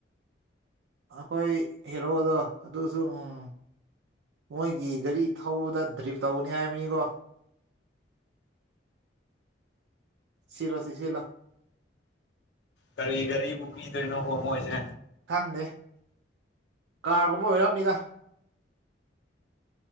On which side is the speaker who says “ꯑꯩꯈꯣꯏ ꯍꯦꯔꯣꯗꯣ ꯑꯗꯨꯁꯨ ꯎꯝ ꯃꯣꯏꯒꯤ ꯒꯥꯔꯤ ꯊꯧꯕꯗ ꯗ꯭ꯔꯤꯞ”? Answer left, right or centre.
Right